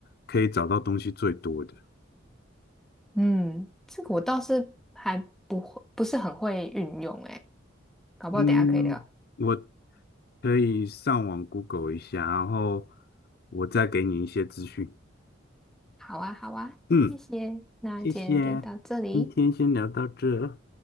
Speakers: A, on the left; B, in the centre.
A: 可以找到东西最多的。
B: 嗯，这个我倒是还不会，不是很会运用诶，搞不好等一下可以聊。
A: 嗯，我可以上网 Google 一下，然后我再给你一些资讯。
B: 好啊，好啊，
A: 嗯，
B: 谢谢，那今天就到这里，
A: 谢谢，今天先聊到这，